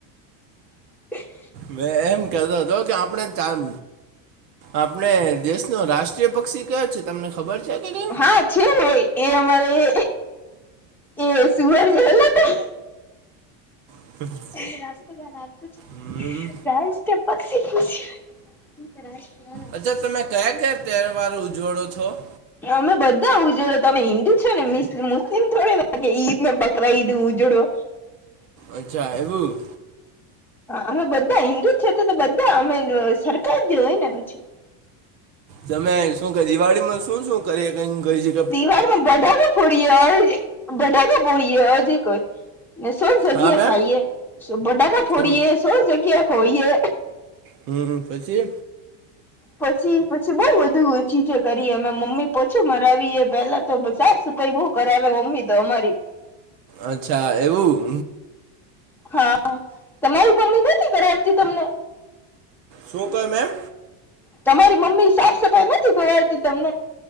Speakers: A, in the centre; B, on the right.
A: <unintelligible>
B: મે એમ કેતો હતો કે આપણે ચામ આપણા દેશનું રાષ્ટ્રીય પક્ષી કયો છે તમને ખબર છે કે કેમ
A: હા છે ભાઈ એ અમારે એ સુવર બોલો તો.
B: <inaudible>
A: જાયને પજ્ક્ષી
B: હમ.
A: પુછયા. ક <unintelligible> ના
B: અચ્છા તમે કયાં કયાં તહેવારો ઉજવો છો.?
A: અમે બધા ઉજવ્યે તમે હિન્દુ છો ને મુસ્લિમ થોડે કે ઈદ ને બકરાં ઈદ ઉજવો
B: અચ્છા એવું.
A: અમે બધા હિન્દુ છે તો તો બધા અમે સરકાર જે હોય ને પછી.
B: તમે શું દિવાળીમાં શું શું કરી કઈ કઈ જ
A: દિવાળમાં ફટાકા ફોડીએ હોય ફટાકા ફોડીએ હોય જે કાય ને સોન સગિયા
B: હા મેમ
A: ખાઈએ બટાકાા ફોડીએ
B: તમે
A: સો સગિયા ખોઈએ.
B: હમ હમ પછી.
A: પછી પછી બઉ બધું ચીજો કરીએ અમે મમ્મી પોછું મરાવીએ પેલા તો પછી સાફસફાઈ બો કરાવે મમ્મી તો અમારી.
B: અચ્છા એવું.
A: હા તમારી મમ્મી નથી કરાવતી તમને?
B: શું કવો મેમ?
A: તમારી મમ્મી સાફ સફાઈ નથી કરાવતી તમને?